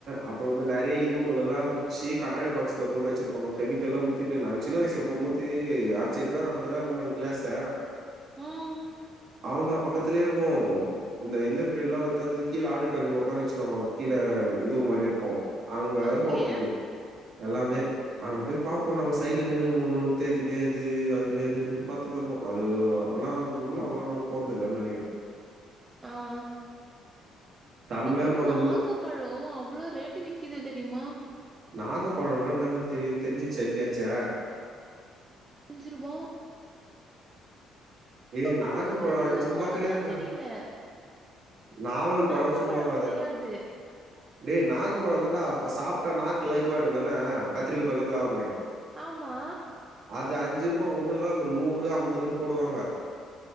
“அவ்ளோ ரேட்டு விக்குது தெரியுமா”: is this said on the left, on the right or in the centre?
Right